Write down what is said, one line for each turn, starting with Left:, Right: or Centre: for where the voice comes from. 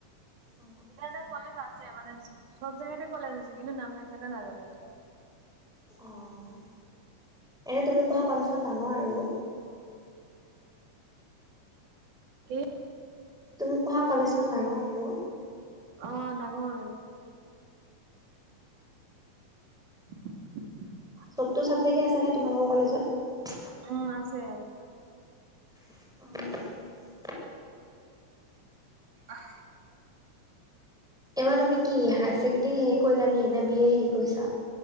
Centre: অ',
Right: এয়া
Centre: অ',
Right: এটা কলেজ আছে মানে চব জেগাতে কলেজ আছে কিন্তু নামকাটা নাজানো এতিয়া <unintelligible>
Centre: অ'। এনে তুমি পঢ়া কলেজখন ডাঙৰ আৰু
Right: কে <unintelligible>
Centre: তুমি পঢ়া কলেজখন ডাঙৰ আৰু
Right: অ ডাঙৰ <inaudible>
Centre: চবটো চাবজেক্টে আছে ন তোমালোকৰ কলেজত <unintelligible>
Right: উম আছে
Centre: অ <inaudible>
Right: অহ
Centre: এইবাৰ তুমি কি হাই চকেণ্ডাৰী হেৰি কৰিলা নে বি এ হেৰি কৰিছা?